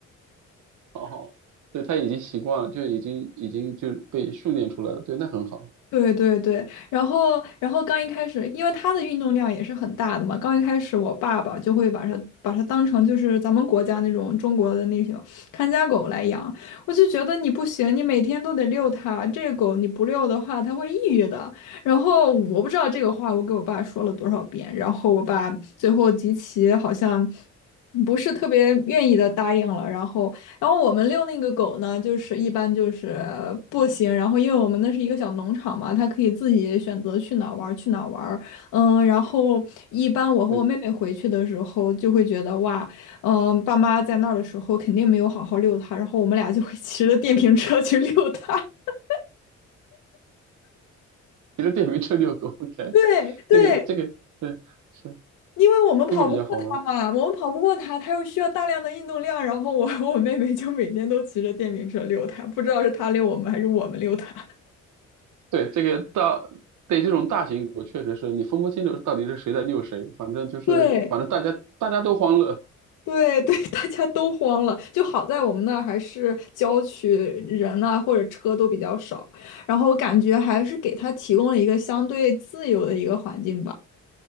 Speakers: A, on the right; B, on the left.
A: 哦，对，它已经习惯了，就已经已经就被训练出来了。对，那很好。
B: 对对对，然后然后刚一开始，因为他的运动量也是很大的嘛，刚一开始我爸爸就会把它把它当成就是咱们国家那种中国的那种看家狗来养，我就觉得你不行，你每天都得遛它，这个狗你不遛的话，它会抑郁的。然后我不知道这个话我给我爸说了多少遍，然后我爸最后极其好像不是特别愿意的答应了，然后然后我们遛那个狗呢，就是一般就是步行，然后因为我们那是一个小农场嘛，它可以自己选择去哪儿玩儿去哪儿玩儿嗯，然后一般我和我妹妹回去的时候就会觉得哇，
A: 对，
B: 嗯，爸妈在那儿的时候肯定没有好好遛它，然后我们俩就会 <laughs> 骑着电瓶车去遛它。<laughs>
A: 骑着电瓶车遛狗 <laughs>，OK，
B: 对对，
A: 这个这个对是
B: 因为我们跑不过它嘛，
A: 这个比较好玩。
B: 我们跑不过它，它又需要大量的运动量，然后我和我妹妹就每天都骑着电瓶车遛它，不知道是它遛我们还是我们遛它。
A: 对，这个到对这种大型狗确实是你分不清楚到底是谁在遛谁，反正就是反正大家大家都欢乐，
B: <laughs> 对，对对，<laughs> 大家都慌了。就好在我们那儿还是郊区，人啊或者车都比较少，然后我感觉还是给他提供了一个相对自由的一个环境吧。